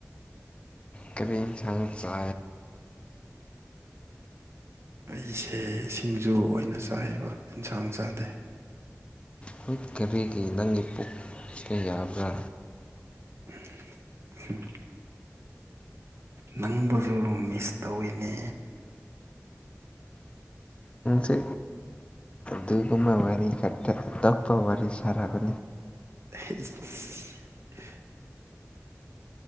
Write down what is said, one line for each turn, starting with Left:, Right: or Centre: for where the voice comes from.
Left: ꯀꯔꯤꯟꯁꯟꯁꯦ
Right: ꯑꯩꯁꯦ ꯏꯁꯤꯡꯁꯨ ꯑꯣꯏꯅ ꯆꯥꯏꯦꯕ ꯏꯟꯁꯥꯡ ꯆꯥꯗꯦ
Left: ꯍꯣꯏ ꯀꯔꯤꯒꯤ ꯅꯪꯒꯤ ꯄꯨꯛꯀꯦ ꯌꯥꯕ꯭ꯔꯥ
Right: <unintelligible> ꯅꯪꯕꯨꯁꯨ ꯃꯤꯁ ꯇꯧꯋꯤꯅꯦ
Left: ꯁꯦ ꯗꯨꯒꯨꯃ ꯋꯥꯔꯤꯔꯤ ꯀꯇ ꯇꯛꯄ ꯋꯥꯔꯤꯔꯤ ꯁꯔꯥꯒ
Right: <unintelligible>